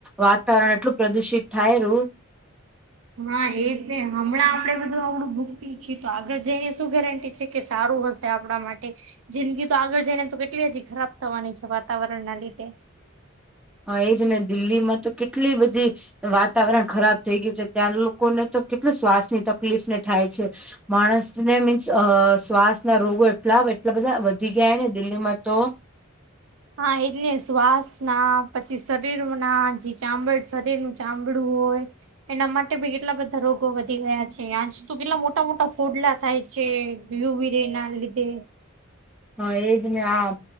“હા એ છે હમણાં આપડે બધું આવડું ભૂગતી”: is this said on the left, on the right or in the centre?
Right